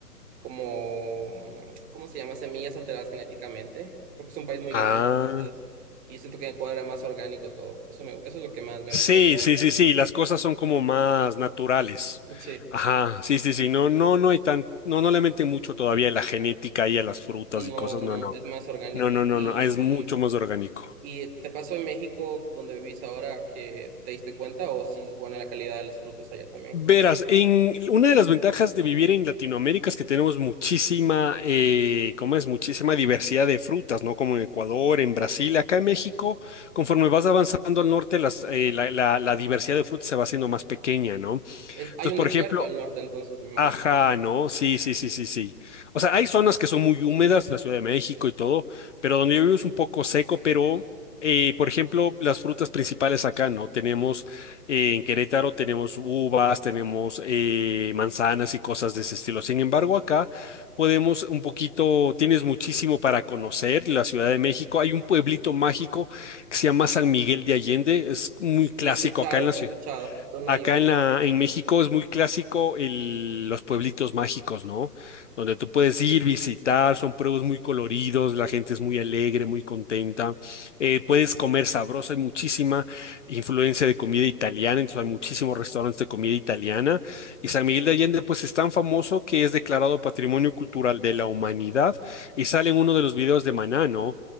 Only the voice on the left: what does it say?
Ah.
Sí,
sí, sí, sí, las cosas son como más naturales.
Ajá, sí, sí, sí, no, no, no hay tan, no, no le meten mucho todavía a la genética y a las frutas
y cosas,
no, no,
no, no, no,
no, es mucho más orgánico.
Verás, en una de las ventajas de vivir en Latinoamérica es que tenemos muchísima, eh, ¿cómo es? Muchísima diversidad de frutas, ¿no? Como en Ecuador, en Brasil, acá en México, conforme vas avanzando al norte, las, eh, la, la la diversidad de frutas se va haciendo más pequeña, ¿no?
Entonces,
por
ejemplo,
Ajá, ¿no? Sí, sí, sí, sí, sí. O sea, hay zonas que son muy húmedas, la Ciudad de México y todo, pero donde yo vivo es un poco seco, pero, eh, por ejemplo, las frutas principales acá, ¿no? Tenemos, eh, en Querétaro tenemos uvas, tenemos eh, manzanas y cosas de ese estilo. Sin embargo, acá podemos un poquito, tienes muchísimo para conocer la Ciudad de México. Hay un pueblito mágico que se llama San Miguel de Allende, es muy
clásico
acá en la
ciudad.
Acá
en la, en México es muy clásico el- los pueblitos mágicos, ¿no? Donde tú puedes ir, visitar, son pueblos muy coloridos, la gente es muy alegre, muy contenta. Eh, puedes comer sabroso, hay muchísima influencia de comida italiana, entonces hay muchísimos restaurantes de comida italiana. Y San Miguel de Allende, pues es tan famoso que es declarado Patrimonio Cultural de la Humanidad y sale en uno de los videos de Maná, ¿no?